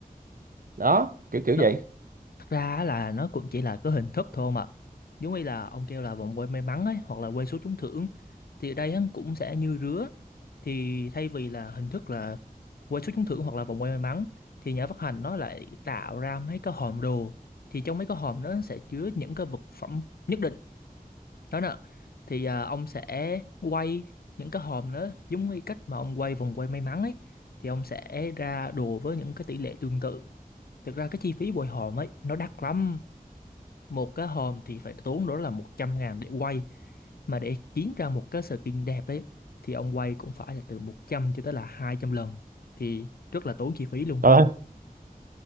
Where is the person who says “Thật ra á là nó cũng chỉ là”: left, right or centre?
Left